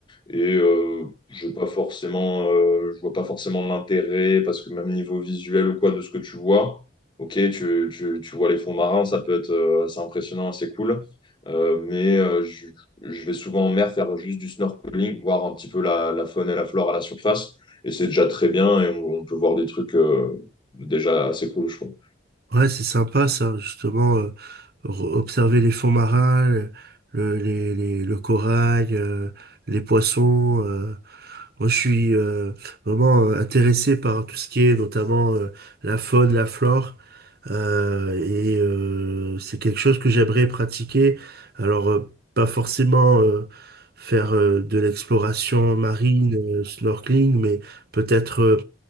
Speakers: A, on the left; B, on the right.
A: Et euh, je pas forcément, euh, je vois pas forcément l'intérêt parce que même niveau visuel ou quoi de ce que tu vois, ok, tu, tu, tu vois les fonds marins, ça peut être euh, assez impressionnant, assez cool. Euh, mais euh, je, je vais souvent en mer faire juste du snorkeling, voir un petit peu la, la faune et la flore à la surface. Et c'est déjà très bien et on, on peut voir des trucs euh, déjà assez cool, je trouve.
B: Ouais c'est sympa ça justement euh, re- observer les fonds marins le le, les- les- le corail euh, les poissons euh, Moi, je suis euh, vraiment euh, intéressé par tout ce qui est notamment euh, la faune, la flore, euh, et euh, c'est quelque chose que j'aimerais pratiquer. Alors, euh, pas forcément euh, faire euh, de l'exploration marine, euh, snorkeling, mais peut-être euh,